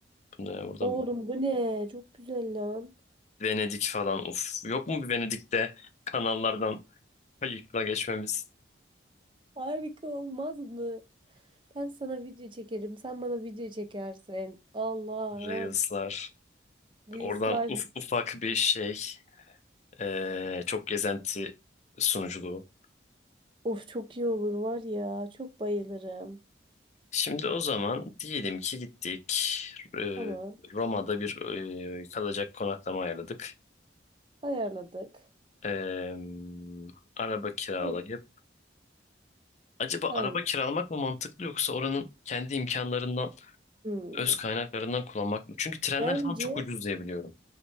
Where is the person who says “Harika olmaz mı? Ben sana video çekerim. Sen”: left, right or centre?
Right